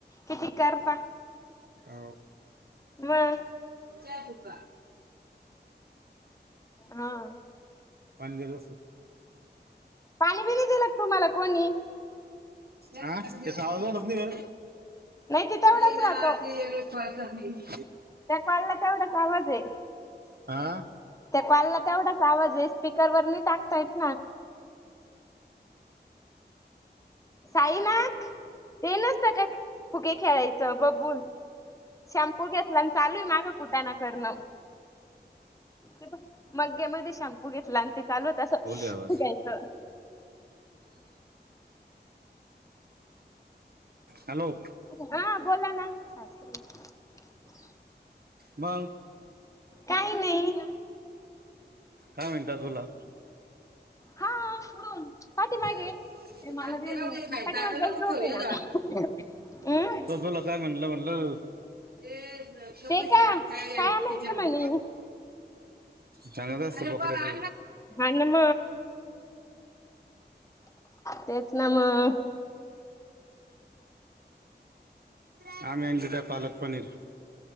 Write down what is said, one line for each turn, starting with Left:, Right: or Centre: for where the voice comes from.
Left: किती करता?
Right: हाव.
Left: म
Right: चा ठेवूका?
Left: हा.
Right: पान दिल
Left: पाणी बिणी दिलं का तुम्हाला कोणी
Right: हा ते सावधणत नाही का.
Left: ते तेवढाच
Right: नाही नाही
Left: राहतो त्या कॉलला तेवढाच आवाज आहे
Right: <unintelligible> आ?
Left: त्या कॉलला तेवढाच आवाज आहे स्पीकर वर नाही टाकता येत ना. साई नाख. ते नसत का फुगे खेळायचं बबूल शॅम्पू घे चालू माग कुठना करण ते मग्या म पु घेतला आणि ते चालूत अस
Right: बोले आवाज
Left: पुघायचं.
Right: हॅलो
Left: हा बोला ना सासू बाई
Right: मग?
Left: काही नाही.
Right: काय म्हणता तुला?
Left: हा पाठी
Right: ते
Left: मागे मला दे नाही
Right: राहू खायचं
Left: पाठी
Right: आता
Left: मा
Right: नको
Left: गज रोप
Right: खाऊया
Left: आहे ना.
Right: दा
Left: अं?
Right: तो तुला काय म्हणला म्हणल? ते कप
Left: ते
Right: बशी
Left: का
Right: आमचा
Left: काय आणायचं
Right: तिच्या
Left: म्हणे
Right: पण. चांगल् असत बोकडाच.
Left: हा नम. तेच ना मग
Right: हमं आम आ जट पालक पनीिर